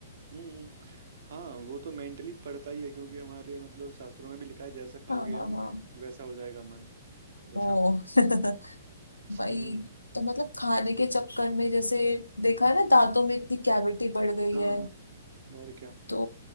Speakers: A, on the right; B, on the left.
A: हम्म हाँ वो तो मेंटली पड़ता ही है क्योंकि हमारे मतलब शास्त्रों में भी लिखा है जैसा खाओगे
B: हाँ हाँ
A: अन्न
B: हाँ
A: वैसा हो जाएगा मन बताओ
B: ओ <laughs> भाई
A: हम्म
B: तो मतलब खाने के चक्कर में जैसे देखा
A: हम्म
B: है ना दांतों में इतनी कैविटी बढ़ गई
A: हाँ
B: है
A: और क्या
B: तो